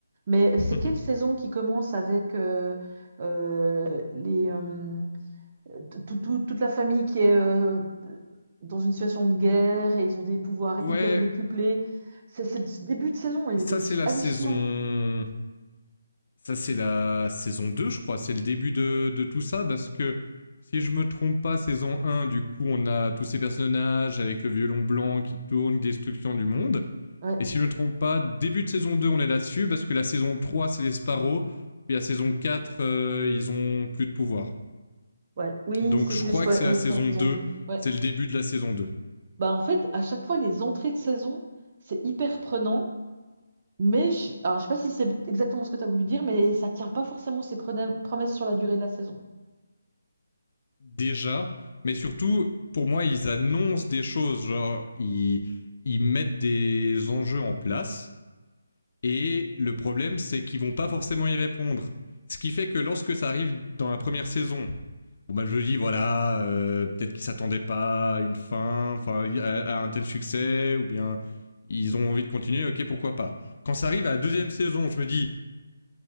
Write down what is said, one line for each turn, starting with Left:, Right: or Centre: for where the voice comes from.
Right: Mais
Left: <laughs>
Right: c'est quelle saison qui commence avec euh, euh, les, euh, tout- tout- toute la famille qui est euh, dans une situation de guerre et ils ont des pouvoirs
Left: ouais,
Right: hyper décuplés. C'est, c'est- ce début de saison, il
Left: ça
Right: était juste
Left: c'est la
Right: hallucinant.
Left: saison Ça, c'est la saison 2, je crois. C'est le début de, de tout ça, parce que si je me trompe pas, saison un, du coup, on a tous ces personnages avec le violon blanc qui tourne, destruction du monde.
Right: Ouais,
Left: Et si je ne me trompe pas, début de saison 2, on est là-dessus, parce que la saison 3 c'est les Sparrows. Puis la saison 4 euh, ils ont plus de pouvoir.
Right: ouais, oui,
Left: Donc
Right: c'est
Left: je
Right: juste,
Left: crois
Right: ouais,
Left: que c'est
Right: ouais,
Left: la saison
Right: c'est la saison
Left: deux,
Right: 2. Ouais.
Left: c'est le début de la saison deux
Right: Bah, en fait, à chaque fois, les entrées de saison, c'est hyper prenant, mais je, alors, je sais pas si c'est exactement ce que tu as voulu dire, mais ça tient pas forcément ses prena- promesses sur la durée de la saison.
Left: Déjà, mais surtout, pour moi, ils annoncent des choses, genre, ils, ils mettent des enjeux en place Et le problème, c'est qu'ils vont pas forcément y répondre. Ce qui fait que lorsque ça arrive dans la première saison, bon bah je dis voilà, euh, peut-être qu'ils s'attendaient pas à une fin, enfin à, à un tel succès, ou bien ils ont envie de continuer, ok pourquoi pas. Quand ça arrive à la deuxième saison, je me dis